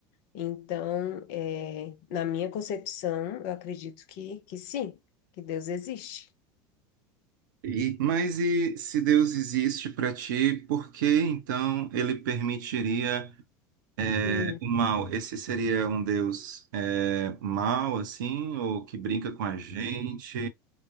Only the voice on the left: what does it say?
Então, é, na minha concepção, eu acredito que, que sim, que Deus existe.
Hum.